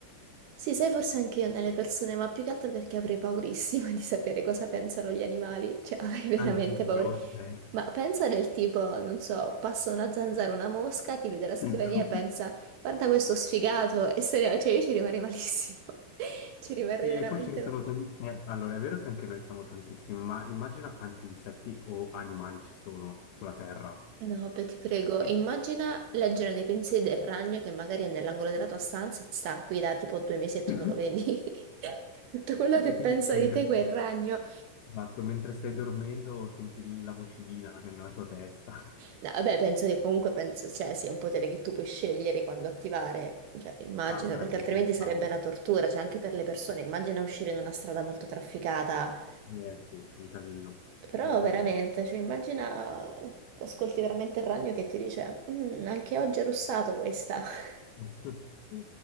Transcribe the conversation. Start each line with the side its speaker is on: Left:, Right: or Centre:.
Right: Sì, sai, forse anche io nelle persone, ma più che altro perché avrei paurissima <laughs> di sapere cosa pensano gli animali, cioè avrei veramente
Left: Anch'io,
Right: paura.
Left: cioè.
Right: Ma pensa del tipo, non so, passa una zanzara, una mosca, ti vede la scrivania
Left: <laughs>
Right: e pensa, guarda questo sfigato, e se ne va, cioè io ci rimarrei malissimo, <laughs> ci rimarrei
Left: Sì,
Right: veramente
Left: e poi ce ne sono
Right: male.
Left: tanti. eh, Allora, è vero che anche noi siamo tantissimi, ma immagina quanti insetti o animali ci sono sulla Terra.
Right: No, beh, ti prego,
Left: Eh,
Right: immagina leggere nei pensieri del ragno che magari è nell'angolo della tua stanza e sta qui da tipo due mesi e tu
Left: <laughs>
Right: non lo vedi. <laughs> Tutto quello che
Left: E quindi
Right: pensa
Left: tu mentre,
Right: di te quel ragno.
Left: esatto, mentre stai dormendo senti la vocina che è nella tua testa. <laughs>
Right: No, vabbè, penso che comunque penso, cioè, sia un potere che tu puoi scegliere quando attivare, cioè, immagino,
Left: Ah, sarebbe
Right: perché altrimenti
Left: interessante.
Right: sarebbe una tortura, cioè, anche per le persone, immagina uscire in una strada molto trafficata,
Left: Eh sì, un casino,
Right: però
Left: un casino.
Right: veramente, cioè, immagina, ascolti veramente il ragno che ti dice, "Mm, anche oggi è russato questa, <laughs>
Left: <laughs>